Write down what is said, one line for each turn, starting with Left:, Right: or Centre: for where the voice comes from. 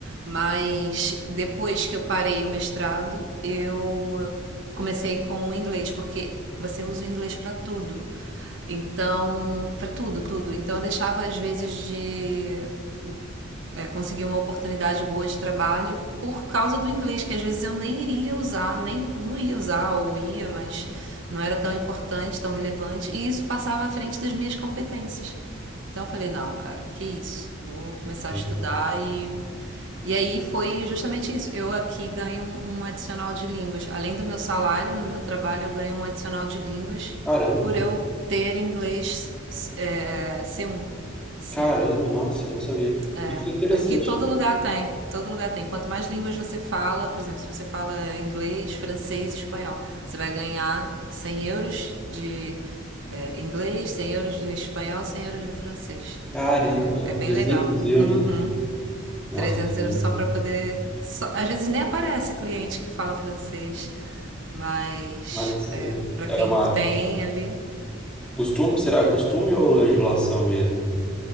Right: Mas depois que eu parei o mestrado, eu comecei com o inglês, porque você usa o inglês para tudo. Então, para tudo, tudo. Então eu deixava às vezes de é, conseguir uma oportunidade boa de trabalho por causa do inglês, que às vezes eu nem iria usar, nem não ia usar ou ia, mas não era tão importante, tão relevante, e isso passava à frente das minhas competências. Então eu falei, não, cara, que isso? Vou começar
Centre: isso?
Right: a estudar e e aí foi justamente isso. Eu aqui ganho um, um adicional de línguas. Além do meu salário, no meu trabalho eu ganho um adicional de línguas
Centre: Caramba,
Right: por eu ter inglês é, é, c um Sim.
Centre: caramba, nossa, eu não sabia.
Right: É,
Centre: Isso é interessante.
Right: aqui todo lugar tem, todo lugar tem. Quanto mais línguas você fala, por exemplo, se você fala inglês, francês, espanhol, você vai ganhar 100 euros de é, inglês, 100 euros do espanhol, 100 euros do francês.
Centre: Caramba,
Right: É, é bem
Centre: 300
Right: legal.
Centre: euros,
Right: Uhum.
Centre: então. Nossa,
Right: 300
Centre: isso é
Right: euros
Centre: muito.
Right: só para poder. só- às vezes nem aparece cliente que fala francês, mas
Centre: Mas
Right: é,
Centre: ele
Right: para
Centre: é
Right: quem
Centre: uma.
Right: tem ali,
Centre: Costume, será costume ou legislação mesmo?